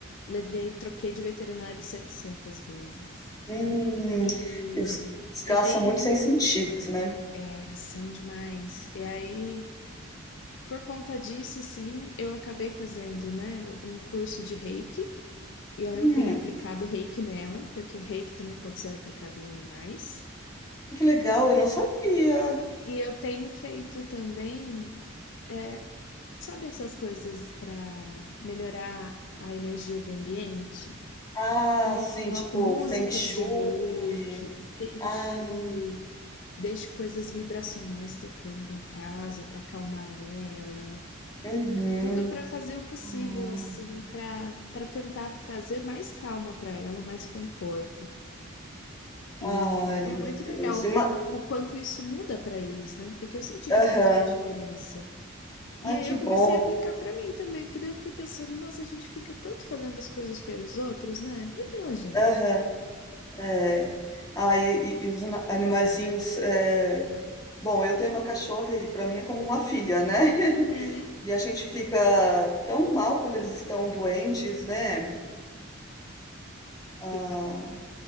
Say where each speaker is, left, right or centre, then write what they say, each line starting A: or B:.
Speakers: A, on the left; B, on the left.
A: levei, troquei de veterinário 700 vezes.
B: hum.
A: E
B: E os, os
A: é
B: gás
A: bem.
B: são muito sensitivos, né?
A: É, eles são demais. E aí, por conta disso, assim, eu acabei fazendo, né, um curso de Reiki. E aí
B: Hum,
A: eu tenho aplicado reiki nela, porque o reiki também pode ser aplicado em animais.
B: Que legal, eu não sabia.
A: E eu tenho feito também, é, sabe essas coisas para melhorar a energia do ambiente?
B: Ah,
A: Então eu
B: sim,
A: coloco
B: tipo
A: músicas
B: Feng Shui.
A: de reiki, feng
B: Ah,
A: shui, deixo coisas vibracionais tocando na casa para acalmar ela.
B: uhum.
A: Tudo para fazer o possível,
B: Hum.
A: assim, para para tentar trazer mais calma para ela, mais conforto. E
B: Ai,
A: é
B: meu
A: muito
B: Deus.
A: legal ver
B: Uma...
A: o quanto isso muda para eles, né? Porque eu senti que
B: Aham.
A: fez uma diferença. E
B: Ai,
A: aí
B: que
A: eu
B: bom.
A: comecei a aplicar para mim também, porque daí eu fiquei pensando, nossa, a gente fica tanto fazendo as coisas pelos outros, né? E pela gente.
B: Aham, é. Ah, e, e- e os ana- animaizinhos. é, Bom, eu tenho uma cachorra e para mim é como uma filha, né? <laughs>
A: Uhum.
B: E a gente fica tão mal quando eles estão doentes, né?
A: Fica.
B: Ah,